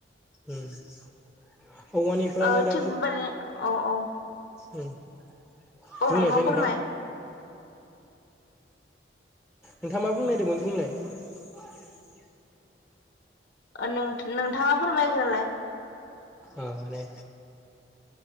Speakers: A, in the centre; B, on the left (about 80°).
A: उ औवानिफ्रायनो
B: ओ
A: दा
B: थिग बेबादिनो औ औ
A: <inaudible> बुंनायसै
B: औ
A: नोंथां
B: फोरमाय
A: नोंथाङा मा बुंनो नागिरदोंमोन बुंनाय
B: ओ नोंथाङा फोरमायग्रोलाय
A: ओ माने